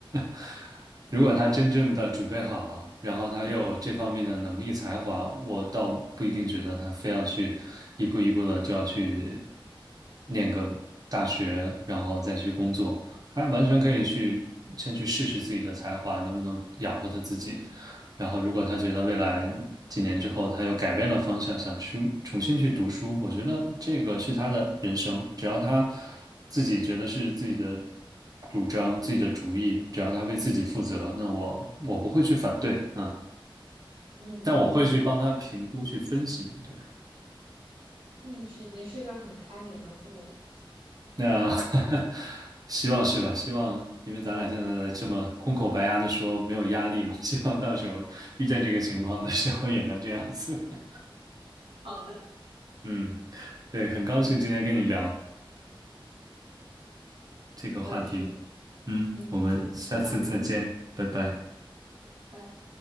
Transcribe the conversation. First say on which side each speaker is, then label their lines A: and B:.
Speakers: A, on the right; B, on the right.
A: <laughs> 如果他真正的准备好了，然后他又嗯有这方面的能力才华，我倒不一定觉得他非要去一步一步的就要去念个大学，然后再去工作。他完全可以去先去试试自己的才华能不能养活他自己。然后，如果他觉得未来几年之后他又改变了方向，想去重新去读书，我觉得这个是他的人生。只要他自己觉得是自己的主张、自己的主意，只要他为自己负责，那我我不会去反对啊，
B: 嗯，
A: 但我会去帮他评估、去分析。对，
B: 你是已经是一个很开明的父母了。
A: 那 <laughs> 希望是吧？希望因为咱俩现在这么空口白牙的说没有压力嘛，<laughs> 希望到时候遇见这个情况的时候也能这样子。<laughs>
B: 好的，
A: 嗯，对，很高兴今天跟你聊。这个话题。
B: 我也是，
A: 嗯，
B: 嗯，
A: 我们下次再见，
B: 那就先到这儿。
A: 拜拜。
B: 拜拜。